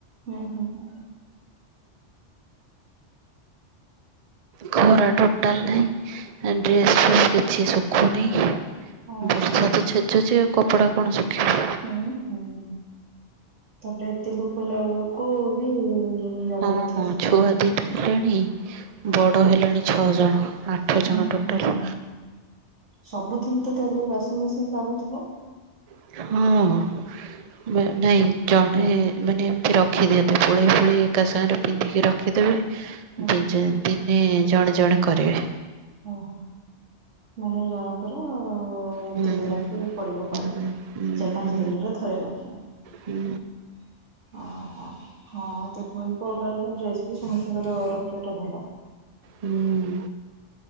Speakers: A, on the right (about 85°); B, on the right (about 50°).
A: ହୁଁ ହୁଁ ହୁଁ।
B: ଖରା ଟୋଟାଲ ନାହିଁ, ଡ୍ରେସ୍ ଫ୍ରେସ୍ କିଛି ଶୁଖୁନି।
A: ଓହୋ
B: ବର୍ଷା ତ ଛେଚୁଛି ଆଉ କପଡା କଣ ଶୁଖିବ।
A: ହୁଁ ହୁଁ। ତାପରେ ଏତେ ଲୋକ ହେଲା ବେଳକୁ ବି ଜାଗା
B: ହଁ
A: ନଥିବ
B: ହଁ,
A: ଶୁଖେଇବା
B: ଛୁଆ
A: ପାଇଁ।
B: ଦିଟା ହେଲେଣି
A: ଓହୋ
B: ବଡ଼ ହେଲେଣି ଛଅ ଜଣ ଆଠ
A: ହୁଁ
B: ଜଣ ଟୋଟାଲ।
A: ହୁଁ ସବୁଦିନ ତ ତାହେଲେ ୱାସିଂ ମେସିନ୍ ଲାଗୁଥିବ?
B: ହଁ। ନାଇଁ ଜଣେ ମାନେ ଏମତି ରଖିଦିଅନ୍ତି ପୁଳେଇ ପୁଳେଇ ଏକା ସାଙ୍ଗରେ ପିନ୍ଧିକି ରଖିଦେବେ।
A: ହୁଁ
B: ଦି
A: ହୁଁ
B: ଦିନେ ଜଣେ ଜଣେ କରିବେ।
A: ଓହୋ ମାନେ ଜଣଙ୍କର
B: ହୁଁ
A: ଦିନ ଲଖି ପଡିବ ପାଳି।
B: ହୁଁ
A: ଚାରି,
B: ହୁଁ
A: ପାଞ୍ଚ,
B: ହୁଁ
A: ଦିନରେ ଥରେ ଲାଖେ ଓହୋ।
B: ହୁଁ
A: ହଁ ଭଳିକୁ ଅଲଗା ଅଲଗା ଡ୍ରେସ ବି ସମସ୍ତଙ୍କର ରଖିବା ଟା ଭଲ।
B: ହୁଁ